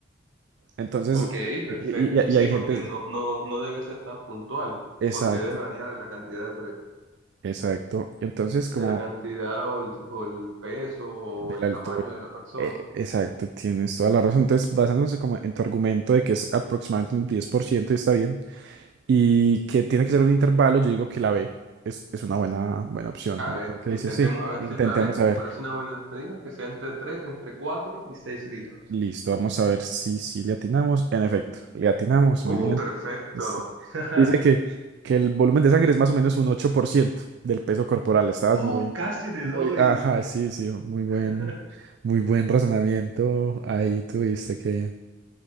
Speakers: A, on the right; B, on the right.
A: Entonces,
B: Ok, perfecto.
A: y, y- y
B: Sí,
A: hay
B: porque
A: gente...
B: no, no, no debe ser tan puntual,
A: Exacto,
B: porque debe variar de la cantidad de, pre-
A: exacto. Entonces, como...
B: de la cantidad o el, o el peso o
A: De
B: el
A: la altura.
B: tamaño de la persona.
A: Eh, exacto, tienes toda la razón. Entonces, basándose como en tu argumento de que es aproximadamente un 10% y está bien, y que tiene que ser un intervalo, yo digo que la B es, es una buena, buena opción.
B: A
A: ¿O
B: ver,
A: tú qué
B: intentemos
A: dices? Sí,
B: a ver
A: intentemos
B: si es la B.
A: a ver.
B: Me parece una buena alternativa, que sea entre tres entre 4 y 6 litros.
A: Listo, vamos a ver si, si le atinamos. En efecto, le atinamos,
B: Uh,
A: muy bien.
B: perfecto.
A: Sí.
B: <laughs>
A: Dice que, que el volumen de sangre es más o menos un 8% del peso corporal. Estabas
B: Oh,
A: muy,
B: casi le
A: muy,
B: doy.
A: ajá, sí, sí, muy buen,
B: <laughs>
A: muy buen razonamiento. Ahí tuviste que...